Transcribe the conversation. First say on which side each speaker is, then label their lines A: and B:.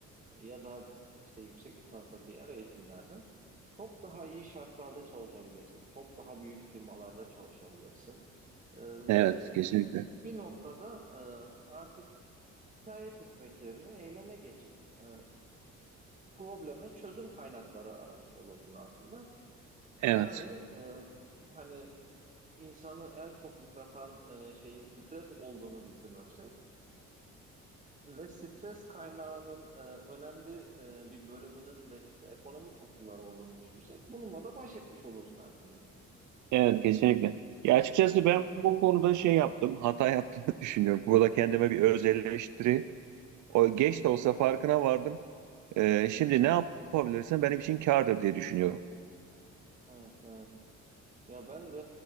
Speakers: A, on the right; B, on the right.
A: e, ya da işte yüksek lisansa diğer eğitimlerle çok daha iyi şartlarda çalışabilirsin. Çok daha büyük firmalarda çalışabilirsin. E, ve
B: Evet, kesinlikle.
A: bir noktada e, artık şikayet etmek yerine eyleme geçip e, probleme çözüm kaynakları aramış olursun aslında. Yani
B: Evet.
A: e, hani insanı en çok yıpratan e, şeyin stres olduğunu düşünürsek ve stres kaynağının e, önemli e, bir bölümünün de işte ekonomik koşullar olduğunu düşünürsek bununla da baş etmiş olursun aslında.
B: Evet kesinlikle. Ya açıkçası ben bu konuda şey yaptım, hata yaptığımı <laughs> düşünüyorum. Burada kendime bir öz eleştiri. O geç de olsa farkına vardım. Ee, şimdi
A: Hı hı.
B: ne yapabilirsem benim için kârdır diye düşünüyorum.
A: Evet, evet. Ya ben de